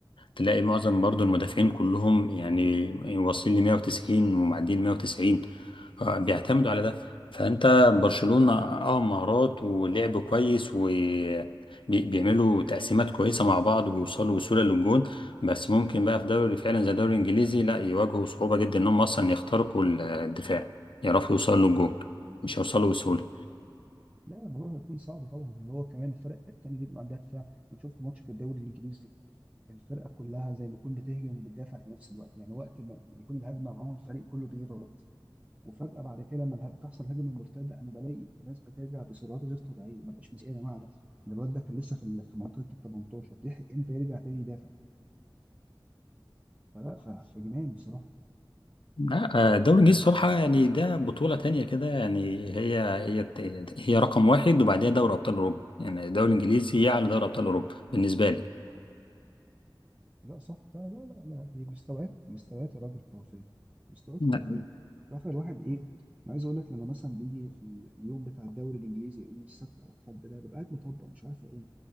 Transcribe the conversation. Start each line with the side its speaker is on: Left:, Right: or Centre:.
Left: تلاقي معظم برضو المدافعين كلهم يعني واصلين ل 190 ومعديين 190 آه، بيعتمدوا على ده فانت برشلونة اه مهارات ولعب كويس وبيعملوا تقسيمات كويسة مع بعض وبيوصلوا بسهولة للجون بس ممكن بقى في دوري فعلا زي الدوري الانجليزي لا يواجهوا صعوبة جدا انهم اصلا يخترقوا الدفاع يعرفوا يوصلوا للجون مش هيوصلوا بسهولة
Right: لا الموضوع هيكون صعب طبعا اللي هو كمان الفرق التانية دي بيبقى عندها دفاع انا شفت ماتش في الدوري الانجليزي الفرقه كلها زي ما تكون بتهجم وبتدافع في نفس الوقت يعني وقت ما يكون الهجمه معاهم الفريق كله بيضغط وفجاه بعد كده لما اله- تحصل هجمه مرتده انا بلاقي الناس بترجع بسرعات غير طبيعيه ما بقاش مس- ايه يا جماعه ده ده الواد ده كان لسه في ال- في منطقه ال 18 بيلحق امتى يرجع تاني يدافع فلا ف- فجنان بصراحه
Left: لا الدوري الانجليزي بصراحه يعني ده بطوله تانية كده يعني هي هي هي رقم واحد وبعديها دوري ابطال اوروبا يعني الدوري الانجليزي يعلى دوري ابطال اوروبا بالنسبه لي
Right: لا صح فعلا لا لا لا دي مستويات مستويات يا راجل خرافيه مستويات
Left: لا.
Right: خرافيه في اخر الواحد ايه انا عايز اقول لك لما مثلا بيجي في ال- اليوم بتاع الدوري الانجليزي يوم السبت او الاحد ده ببقى قاعد مطبق مش عارف اقوم